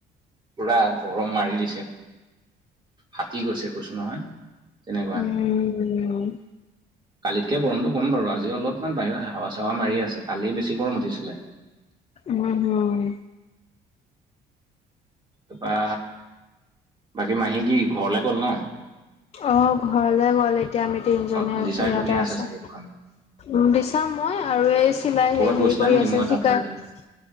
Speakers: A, on the right; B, on the left.
A: পুৰা গৰম মাৰি দিছে ফাটি গৈছে কৈছো নহয়। তেনেকুৱা
B: উম
A: কালিতকে গৰমটো ক'ম বাৰু আজি অলপমান বাহিৰত হোৱা চেৱা মাৰি আছে কালিয বেছি গৰম উঠিছিলে।
B: উম, হম
A: তাপা বাকী মাহী কি ঘৰলে গল ন?
B: অ' ঘৰলে গ'ল। এতিয়া আমি তিনিজনী
A: অ
B: এই
A: দিচাই
B: আছো ইয়াতে
A: তুমিয়ে
B: আছোঁ।
A: আছা চাগে দোকান
B: উম দিচাম মই আৰু এই চিলাই
A: ক'ৰবাত
B: হেৰি
A: গৈছিলা
B: কৰি
A: নেকি
B: আছে
A: মই তাত
B: শিকাই
A: থাকোতে